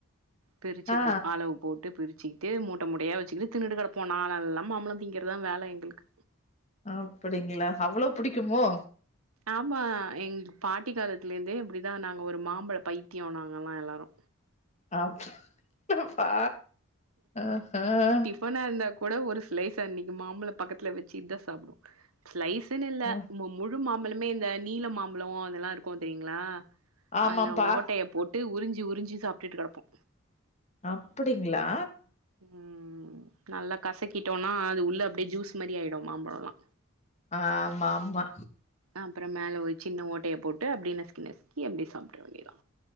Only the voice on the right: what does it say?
பிரிச்சுப்போ
அளவு போட்டு பிரிச்சுக்ட்டு மூட்ட மூட்டையா வெச்சுகிட்டு திண்ணுட்டு கெடப்போ நாளெல்லா மாம்பழோ திங்கறதா வேல எங்ளுக்கு
ஆமா எங்க பாட்டி காலத்துலேந்தே இப்டிதா நாங்கள் ஒரு மாம்பழ பைத்தியோ நாங்கல்லா எல்லாரு
<unintelligible> அந்த கூட ஒரு ஸ்லைஸா இன்னைக்கு மாம்பழ பக்கத்துல வெச்சுட்டு சாப்டுவே ஸ்லைஸுன்னு இல்லை
முழு மாம்பழமே இந்த நீல மாம்பழோ அதெல்லா இருக்கு தெரியுங்ளா
அதுல ஓட்டையை போட்டு உறிஞ்சி உறிஞ்சி சாப்ட்டுட்டு கெடப்போ
உம் நல்லா கசக்கிட்டோனா அது உள்ள அப்டியே ஜூஸ் மாரி ஆயிடு மாம்பழல்லா
அப்றோ மேல ஒரு சின்ன ஓட்டைய போட்டு அப்டியே நஸ்கி நஸ்கி அப்டி சாப்ட வேண்டியதா